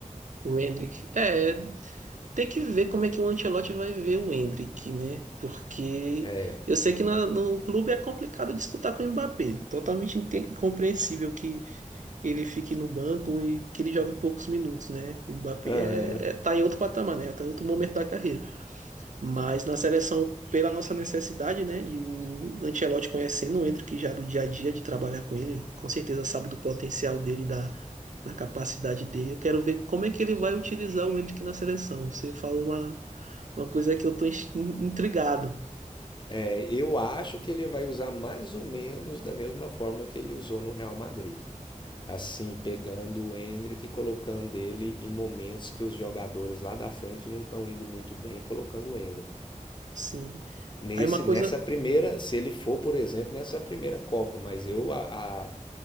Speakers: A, on the right; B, on the left.
A: o Endrick É, tem que ver como é que o Ancelotti vai ver o Endrick né? Porque
B: É,
A: eu sei que na- no clube é complicado disputar com o Mbappé. Totalmente inte- incompreensível que ele fique no banco e que ele jogue poucos minutos, né? O Mbappé
B: aham.
A: é, é, tá em outro patamar, né? Tá em outro momento da carreira. Mas na seleção, pela nossa necessidade, né? E o Ancelotti conhecendo o Endrick já do dia a dia de trabalhar com ele, com certeza sabe do potencial dele, da, da capacidade dele. Eu quero ver como é que ele vai utilizar o Endrick na seleção. Você falou uma, uma coisa que eu tô in- intrigado.
B: É, eu acho que ele vai usar mais ou menos da mesma forma que ele usou no Real Madrid. Assim, pegando o Endrick e colocando ele em momentos que os jogadores lá da frente não estão indo muito bem, colocando o Endrick.
A: Sim.
B: Nesse,
A: Aí uma
B: nessa
A: coisa
B: primeira, se ele for, por exemplo, nessa primeira Copa, mas eu a, a-